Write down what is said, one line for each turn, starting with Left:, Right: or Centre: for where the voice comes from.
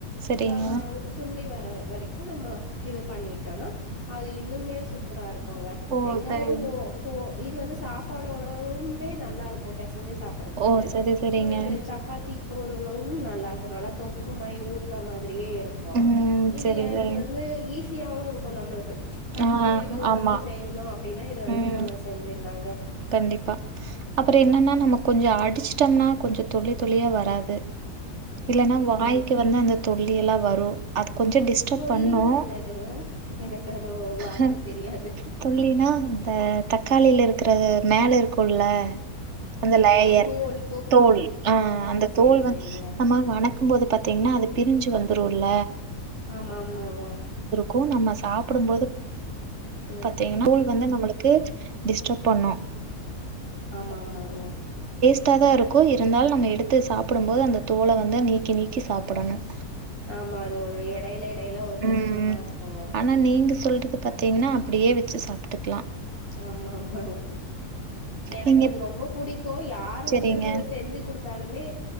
Right: சரிங்க
Left: ஆ ஓ சுண்டி வர வரைக்கு நம்ம இத பண்ணிட்டோன்னா அது இன்னுமே சூப்பரா இருக் க்குங்க
Right: ஓ
Left: வெங்காயம்
Right: சரி
Left: இப்போ இது வந்து சாப்பாடோடமே நல்லா இருக்கு பெசஞ்சுஸ் சாப்புறதுக்கு
Right: ஓ சரி சரிங்க
Left: ம் சப்பாத்தி தொடுவவும் நல்லா இருக்கு நல்லா தொக்கு மாரி ஊருக்கா மாதிரி அப்டியே இருக்கு
Right: ம்
Left: இது
Right: சரி
Left: எனக்கு
Right: சரி
Left: வந்து ஈஸ் தியாவு இருக்கு நம்மளுக்கு டக்குன்னு
Right: ஆ
Left: எதோ
Right: ஆமா
Left: வந்து செய்யுணு அப் துன்னா இது
Right: ம்
Left: து நம்ம செஞ்சுர்லாங்க
Right: கண்டிப்பா அப்புறோ என்னன்னா நம்ம கொஞ்சோ அ அடுச்சுட்டம்னா கொஞ்சோ துளி துளியா வராது இல்லன்னா
Left: ம்
Right: மொளாய்க்கு வந்து அந்த தொள்ளியெல்லாம் வரும் அத் கொஞ்சம் டிஸ்டர்ப்
Left: தொல்லினா
Right: பண்ணும்
Left: என்னதுங்க எனக்கு அந்த வார்த்த
Right: ஹ்
Left: தெரியாது
Right: தொள்ளின்னாந்த தக்காளில இருக் ந்த மேல இருக்கும்ல அந்த லேயர்
Left: ஓ தோல்
Right: தோல் அஅ
Left: ஆ
Right: அந்த
Left: செரி
Right: தோல் வந்து
Left: செரிங்க
Right: நம்ம வணக்கும் போது பாத்தீங்ன்னா அது பிரிஞ்சு வந்து ருள்ள
Left: ஆமா ஆமாங்க
Right: இப்போ நம்ம சாப்டும்போது
Left: ம்
Right: பாத்தீங்கன்னா கூழ் வந்து நம்ம க்கு டிஸ்டர்ப் பண்ணோம்
Left: ஆமா ஆமாங்க
Right: த்தாதான் இருக்கும் இருந்தாலும் நம்ம எடுத்து சாப்டும்போது அந்த தோலை வந்து நீக்கி நீக்கி சாப்புடணும்
Left: ஆமா அது ஒரு இடையில இடையில ஒரு டிஸ்டர்பா
Right: ம்.
Left: இருக்குங்க
Right: ஆனா நீங்க சொல்றது பாத்தீங்ன்னா அப்டியே வச்சு சாப்ட்டுக்லாம்
Left: ஆமாம் அங்க எனக்கு
Right: நீங்க
Left: இது ரொம்ப புடிக்கும் யார்
Right: சரிங்க.
Left: வந்து து செஞ்சு குடுத் தாலுமே